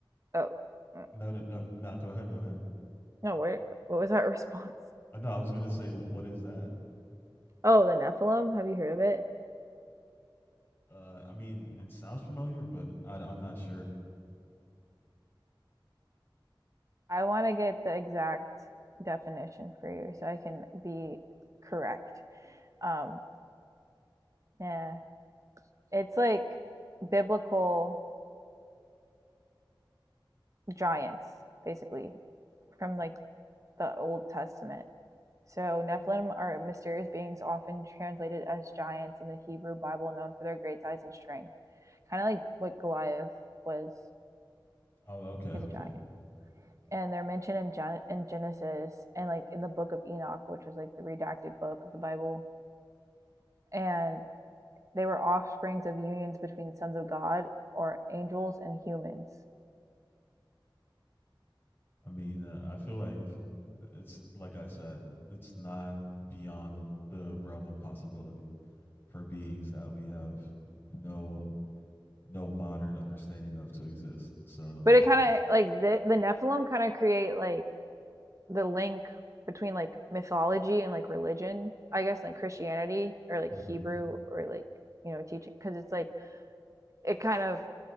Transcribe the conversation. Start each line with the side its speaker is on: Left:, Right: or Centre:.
Right: oh uh,
Left: no no no no. Go ahead. Go ahead.
Right: no, wait, what was that <laughs> response?
Left: Uh, no, I was gonna say what is that?
Right: Oh, the Nephilim? Have you heard of it?
Left: Uh, I mean, it sounds familiar, but I, I'm not sure.
Right: I want to get the exact definition for you so I can be correct. Um, yeah, it's like biblical giants, basically, from like the Old Testament. So Nephilim are mysterious beings, often translated as giants in the Hebrew Bible, known for their great size and strength, kind of like what Goliath was.
Left: Oh, okay,
Right: He's a
Left: okay.
Right: giant. and they're mentioned in, Gen- in Genesis and like in the book of Enoch, which was like the redacted book of the Bible. And they were offsprings of unions between sons of God or angels and humans.
Left: I mean, uh, I feel like it's like I said, it's not beyond the the realm of possibility for beings that we have no no modern understanding of to exist. So,
Right: But it kind of like the, the Nephilim kind of create like the link between like mythology and like religion, I guess, like Christianity or like
Left: mhm.
Right: Hebrew or like, you know, teaching. Cause it's like, it kind of